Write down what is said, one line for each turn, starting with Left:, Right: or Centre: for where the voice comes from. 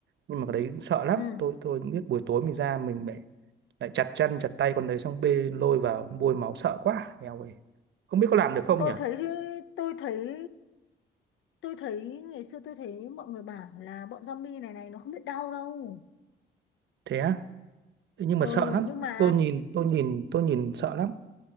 Right: nhưng mà cái đấy sợ lắm
Left: ừ.
Right: tôi tôi biết buổi tối mình ra mình lại lại chặt chân chặt tay con đấy xong bê lôi vào bôi máu sợ quá eo ơi không biết có làm được không
Left: tôi
Right: nhỉ
Left: thấy tôi thấy tôi thấy ngày xưa tôi thấy mọi người bảo là bọn zombie này này nó không biết đau đâu
Right: thế á nhưng
Left: ừ
Right: mà sợ lắm
Left: nhưng mà
Right: tôi nhìn tôi nhìn tôi nhìn sợ lắm